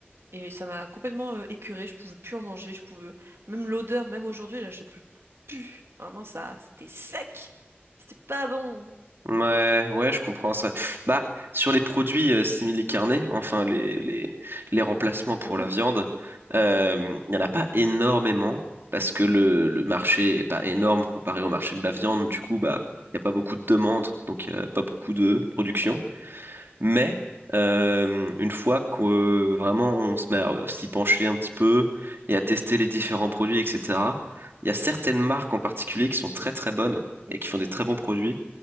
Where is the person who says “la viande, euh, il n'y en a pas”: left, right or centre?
Right